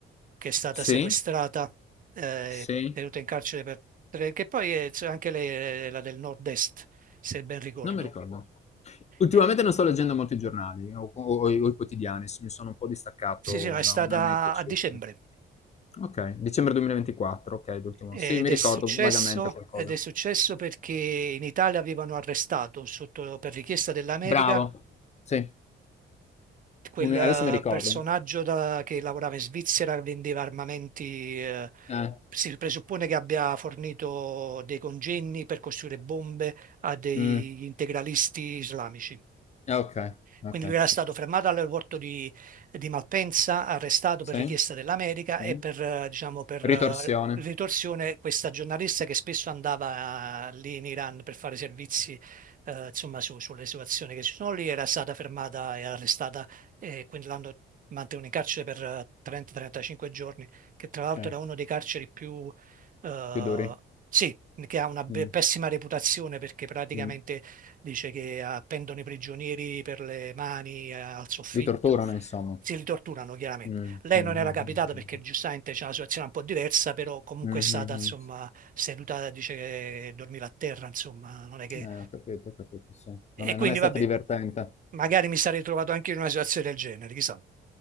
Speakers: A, on the right; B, on the left.
A: che è stata
B: Sì,
A: sequestrata, eh,
B: sì,
A: tenuta in carcere per... per- che poi è, cioè, anche lei era del nord-est, se ben ricordo.
B: non mi ricordo. Ultimamente
A: Eh,
B: non sto leggendo molti giornali o, o- o i o i quotidiani, s- mi sono un po' distaccato
A: sì, sì, no, è stata
B: da un annetto circa.
A: a dicembre.
B: Ok, dicembre 2024, ok, l'ultimo.
A: Ed
B: Sì, mi ricordo
A: è successo,
B: vagamente qualcosa.
A: ed è successo perché in Italia avevano arrestato sotto, per richiesta dell'America
B: Bravo. Sì,
A: quel
B: un- adesso
A: eh,
B: mi ricordo.
A: personaggio da- che lavorava in Svizzera, vendeva armamenti, eh,
B: Eh,
A: si presuppone che abbia fornito dei congegni per costruire bombe a degli
B: mm,
A: integralisti islamici.
B: eh, ok, ok.
A: Quindi lui era stato fermato all'aeroporto di, di Malpensa, arrestato
B: Sì,
A: per richiesta dell'America
B: sì.
A: e per, eh, diciamo, per eh,
B: Ritorsione.
A: ritorsione questa giornalista che spesso andava eh, lì in Iran per fare servizi, eh, insomma, su- sulle situazioni che ci sono lì, era stata fermata e arrestata e quindi l'hanno mantenuta in carcere per eh, 30-35 giorni, che tra l'altro
B: Sì,
A: era uno dei carceri più... eh,
B: più duri.
A: sì, che ha una be-
B: Mm,
A: pessima reputazione perché praticamente
B: mm.
A: dice che appendono i prigionieri per le mani eh, al soffitto,
B: Li torturano, insomma.
A: si li torturano chiaramente.
B: Mm,
A: Lei
B: mm, mm,
A: non era capitata perché
B: mm,
A: giustamente c'è una situazione un po' diversa, però comunque
B: mm,
A: è
B: mm,
A: stata
B: mm.
A: insomma
B: mm.
A: seduta, dice che dormiva a terra, insomma, non è che...
B: Eh, ho capito, ho capito, sì.
A: E
B: Non è,
A: quindi
B: non è stata
A: vabbè,
B: divertente.
A: magari mi sarei trovato anche in una situazione del genere, chissà.